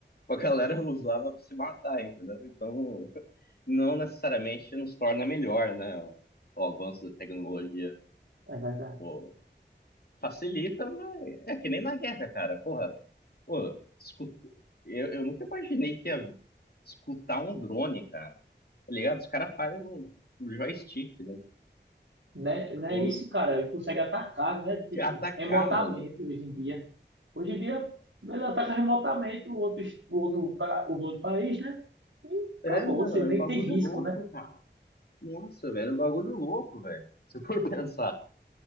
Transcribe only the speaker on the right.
é verdade.
Né, né
isso, cara, ele consegue atacar, né? Tipo,
remotamente
hoje em dia. Hoje em dia, ele ataca remotamente o outro, es- o outro, pa- o outro país, né? E
acabou,
você nem
tem risco,
né?